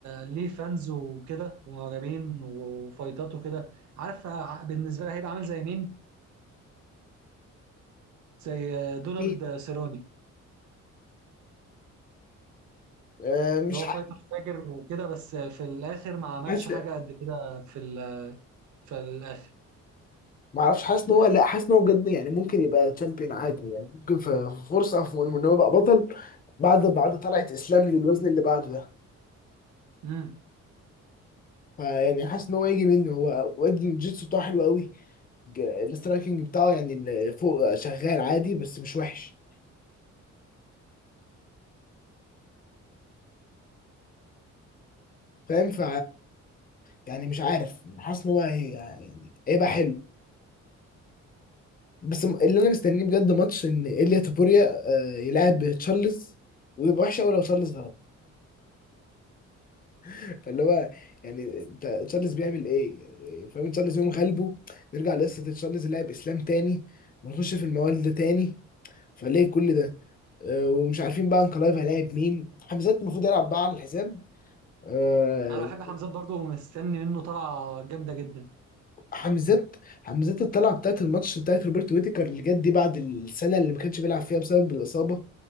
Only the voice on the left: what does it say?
أكيد.
آه، مش
عارف
بس
ما اعرفش حاسس ان هو لا حاسس ان هو بجد يعني ممكن يبقى تشامبيون عادي يعني ممكن في فرصه في ان هو يبقى بطل بعد بعد طلعت اسلام للوزن اللي بعده ده
فيعني حاسس ان هو هيجي منه هو واد الجيتسو بتاعه حلو قوي ج- الاسترايكنج بتاعه يعني ال- فوق شغال عادي بس مش وحش فاهم ف يعني مش عارف حاسس ان هو هي- يعني هيبقى حلو بس م- اللي انا مستنيه بجد ماتش ان ايليا تابوريا آه، يلعب تشارلز ويبقى وحش قوي لو تشارلز غلب <laughs> فاللي هو يعني انت تشارلز بيعمل ايه يعني فاهم تشارلز يوم غلبه نرجع لقصه تشارلز لاعب اسلام تاني ونخش في الموال ده تاني فليه كل ده آه، ومش عارفين بقى انكلايف هيلاعب مين حمزات المفروض يلعب بقى على الحساب آه،
حمزات حمزات الطلعه بتاعت الماتش بتاعت روبرت ويتيكر اللي جت دي بعد السنه اللي ما كانش بيلعب فيها بسبب الاصابه